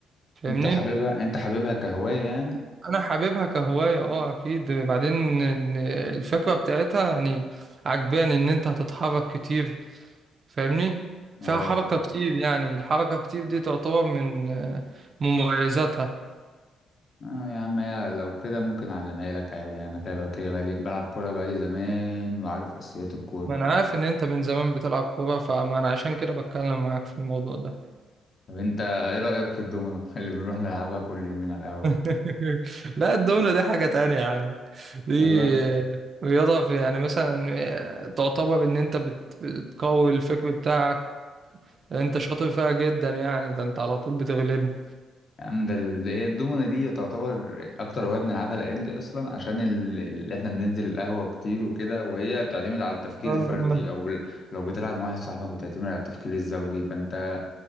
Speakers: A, on the right; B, on the left.
A: فاهمني؟
B: انت حاببها انت حاببها كهوايه يعني
A: انا حاببها كهواية اه اكيد بعدين إن الفكرة بتاعتها يعني عجباني ان انت هتتحرك كتير فاهمني
B: اه
A: فيها حركة
B: فاهم
A: كتير يعني الحركة كتير دي تعتبر من آه، من مميزاتها
B: اه يا عم يا لو كده ممكن اعلمها لك عادي انا كده كده بقالي بلعب كوره بقالي زمان وعارف اساسيات الكوره
A: ما انا عارف ان انت من زمان بتلعب كورة فما انا عشان كده بتكلم معاك في الموضوع ده
B: طب انت ايه رايك في الدومنه <laughs> اللي بنروح نلعبها كل يومين على القهوه
A: <laughs> لا الدومنة دي حاجة تانية يا عم دي
B: والله
A: آه، رياضة في يعني مثلا آه، تعتبر ان انت بت- بتقوي الفكر بتاعك انت شاطر فيها جدا يعني ده انت على طول بتغلبني
B: يا عم ده اللي هي الدومنة دي تعتبر أكتر هواية بنلعبها الأيام دي أصلا عشان ال- اللي إحنا بننزل القهوة كتير وكده وهي بتعتمد على التفكير
A: آه،
B: الفردي
A: إن
B: أو ال- لو بتلعب مع واحد صاحبك بتعتمد على التفكير الزوجي فأنت